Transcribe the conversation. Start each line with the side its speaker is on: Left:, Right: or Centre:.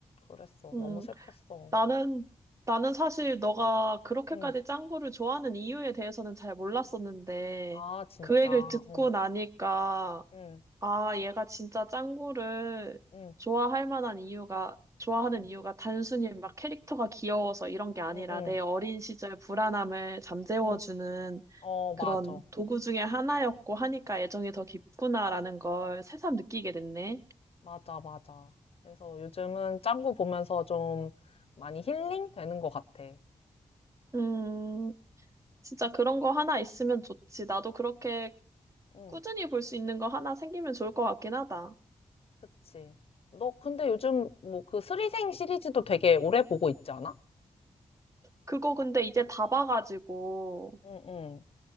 Left: 그랬어.
Right: 음,
Left: 너무 슬펐어.
Right: 나는, 나는 사실 너가 그렇게까지
Left: 응.
Right: 짱구를 좋아하는 이유에 대해서는 잘 몰랐었는데,
Left: 아, 진짜.
Right: 그 얘기를 듣고
Left: 응,
Right: 나니까,
Left: 응,
Right: 아, 얘가 진짜 짱구를
Left: 응,
Right: 좋아할 만한 이유가, 좋아하는
Left: 응,
Right: 이유가 단순히 막 캐릭터가 귀여워서 이런 게 아니라
Left: 응, 응,
Right: 내 어린 시절 불안함을 잠재워주는
Left: 응. 어,
Right: 그런
Left: 맞아.
Right: 도구 중에 하나였고 하니까 애정이 더 깊구나라는 걸 새삼 느끼게 됐네.
Left: 맞아, 맞아. 그래서 요즘은 짱구 보면서 좀 많이 힐링 되는 것 같아.
Right: 음, 진짜 그런 거 하나 있으면 좋지. 나도 그렇게
Left: 응,
Right: 꾸준히 볼 수 있는 거 하나 생기면 좋을 것 같긴 하다.
Left: 그치. 너 근데 요즘 뭐 그 스리생 시리즈도 되게 오래 보고 있지 않아?
Right: 그거 근데 이제 다 봐가지고,
Left: 응, 응.